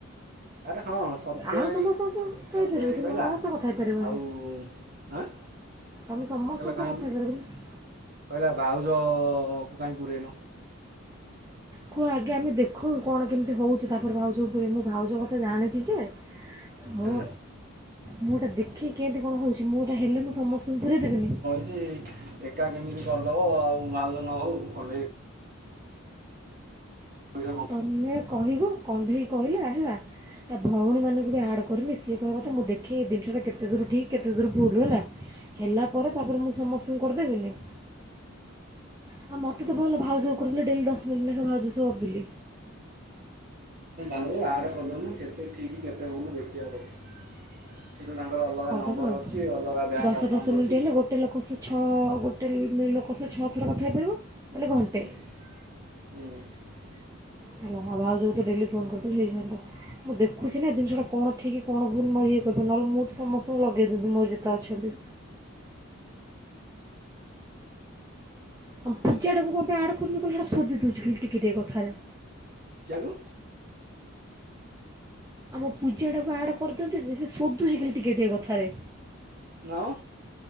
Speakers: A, on the right (about 45°); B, on the right (about 15°).
A: ଆରେ ହଁ ସତେ
B: ଆଉ
A: ଭାଇ
B: ସମସ୍ତଙ୍କ ସହ କଥା
A: ସତ୍ୟ
B: ହେଇପାରିବ
A: ଭାଇ
B: କିନ୍ତୁ
A: କହିଲା
B: ମୋ ସହ କଥା ହେଇପାରିବନି
A: ଆଉ ଆଁ।
B: ତମେ ସମଶ୍
A: କହିଲା
B: କ
A: କାହିଁ
B: ସହ କଥାହେଇପାରିବନି।
A: କହିଲା ଭାଉଜ କୁ କାହିଁ ପୂରେଇନୁ।
B: କୁହ ଆଗେ ଆମେ ଦେଖୁ। କଣ କେମିତି ହୋଉଛି ତାପରେ ଭାଉଜ କୁ ପୁରେଇମୂ ଭାଉଜ କଥା ଜାଣିଛି ଯେ ହଉ
A: ହଁ
B: ମୁଁ ଏଟା ଦେଖେ କେମିତି କଣ ହେଉଛି ମୁଁ ଏଟା ହେଲେ ମୁଁ ସମସ୍ତଙ୍କୁ ପୁରେଇ ଦେବିନି।
A: କି ଏକା କେମିତି କରିଦବ ଆଉ ଭାଉଜ ନ ହୋଉ କଣ୍ଡେଇ ପଇସା କମେଇବ
B: ତମେ କହିବ କଣ୍ଢେଇ କହିଲେ ହେଲା ତା ଭଉଣୀ ମାନଙ୍କୁ ବି ଆଡ଼୍ କରିନି ସିଏ କହିବା କଥା ମୁଁ ଦେଖ ଦେଖିକୀ ଜିନିଷଟା କେତେ ଦୂର ଠିକ କେତେ ଦୂର ଭୁଲୁ ହେଲା ହେଲା ପରେ ତାପରେ ମୁଁ ସମସ୍ତଙ୍କୁ କରିଦେବିନି। ଆଉ ମୋତେ ତ ଭଲ ଭାଉଜ କରୁଦେଲେ ଡେଲି ଦଶ ମିନଟ୍ ଲେଖେ ଭାଉଜ ଶ ଗପିଲି।
A: ଆଗେ ଆଡ଼ କରିଦଉନୁ କେତେ ଠିକ୍ କେତେ ଭୁଲ ଦେଖିବା ପଛରେ। ସେ ଯୋଉ ତାଙ୍କର ଅଲଗା
B: କରିଦେବା
A: ନମ୍ବର
B: ଆଉ
A: ଅଛି ଅଲଗା ବ୍ୟାଙ୍କ
B: ଦଶ
A: ଆକାଉଣ୍ଟ
B: ଦଶ ମିନିଟ୍
A: ଅଛି।
B: ହେଲେ ଗୋଟେ ଲୋକ ସିଏ ଛଅ, ଗୋଟେ ଲୋକ ସିଏ ଛଅ ଥର କଥା ହେଇପାରିବ। ମାନେ ଘଣ୍ଟେ
A: <inaudible>
B: ହେଲା ଆଉ ଭାଇ ଯୋଉଠି ଡେଲି ଫୋନ୍ କରିଥିଲେ ହେଯଆନ୍ତା। ମୁଁ ଦେଖୁଛି ନା ଏ ଜିନଷଟା କଣ ଠିକ୍ କଣ ଭୁଲ ମୋ ଇଏ କରିବି ନହେଲେ ମୁଁ ତ ସମସ୍ତଙ୍କୁ ଲଗେଇ ଦେବି ମୋର ଯେତେ ଅଛନ୍ତି। ହଁ ପୂଜା ଟାକୁ କଣ ପାଇଁ ଆଡ୍ କରୁନି କାହିଁ ସେଟା ସୁଦି ଦଉଛୁ ଖାଲି ଟିକେ ଟିକେ କଥାରେ।
A: ଯାକୁୁ
B: ଆମ ପୂଜାଟାକୁ ଆଡ଼୍ କରିଦିଅନ୍ତି ଯେ ସେ ସୋଧୁଛି ଖାଲି ଟିକେ ଟିକିଏ କଥାରେ।
A: ନାଓ